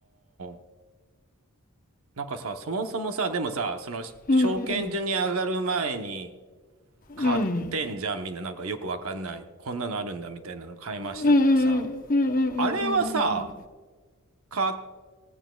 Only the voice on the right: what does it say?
あ。なんかさ、そもそもさ、でもさ、その、し証券所に上がる前に
買ってんじゃん、
みんななんかよくわかんない。こんなのあるんだみたいなの買いましたとかさ。
あれはさ、
買っ